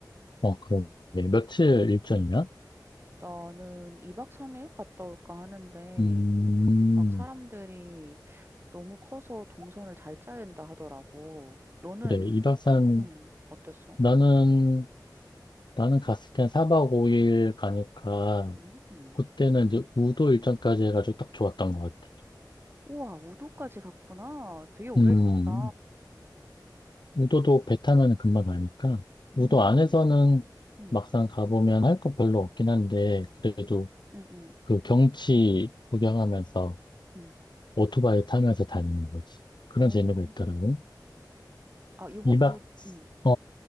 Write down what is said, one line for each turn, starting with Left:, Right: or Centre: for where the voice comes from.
Left: 어, 그럼 네, 며칠 일정이야?
Right: 나는 2박 3일 갔다 올까 하는데
Left: 음,
Right: 막 사람들이 "너무 커서 동선을 잘 짜야 된다." 하더라고. 너는
Left: 그래, 이박 3,
Right: 음 어땠어?
Left: 나는, 나는 갔을 땐 4박 5일 가니까,
Right: 음. 음.
Left: 그때는 이제 우도 일정까지 해가지고 딱 좋았던 것 같아.
Right: 우와 우도까지 갔구나. 되게 오래
Left: 음,
Right: 있었다.
Left: 우도도 배 타면은 금방 가니까
Right: 음.
Left: 우도 안에서는
Right: 음.
Left: 막상 가보면 할 거 별로 없긴 한데 그래도
Right: 음음.
Left: 그 경치 구경하면서
Right: 음. 음.
Left: 오토바이 타면서 다니는 거지. 그런
Right: 어.
Left: 재미가 있더라고.
Right: 아 요번
Left: 2박
Right: 우 음.
Left: 어